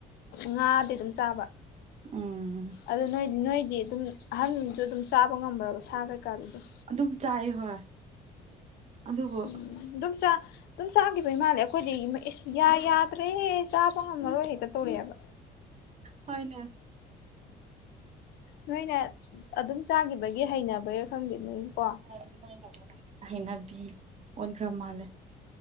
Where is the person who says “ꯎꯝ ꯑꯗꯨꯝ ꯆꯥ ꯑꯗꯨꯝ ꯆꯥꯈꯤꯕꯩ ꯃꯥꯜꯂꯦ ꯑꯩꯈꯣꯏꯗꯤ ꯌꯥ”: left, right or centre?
Left